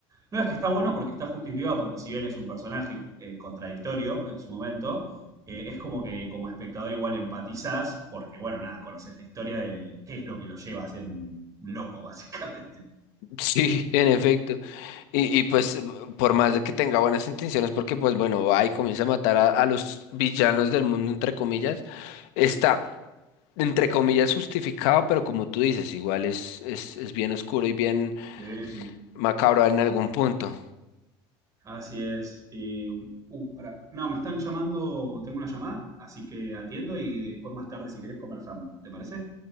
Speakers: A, on the right; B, on the left.
A: No, es que está bueno porque está justificado, porque si bien es un personaje eh, contradictorio en su momento, eh, es como que como espectador igual empatizás, porque bueno, nada, conoces la historia de qué es lo que lo lleva a ser un loco, <laughs> básicamente.
B: <laughs> Sí, en efecto. Y, y pues por más de que tenga buenas intenciones, porque pues bueno, va y comienza a matar a, a los villanos del mundo, entre comillas, está, entre comillas, justificado, pero como tú dices, igual es, es, es bien oscuro y bien
A: Sí, sí.
B: macabro en algún punto.
A: Así es. Y, uh, pará. No, me están llamando, tengo una llamada, así que atiendo y después más tarde si querés conversamos. ¿Te parece?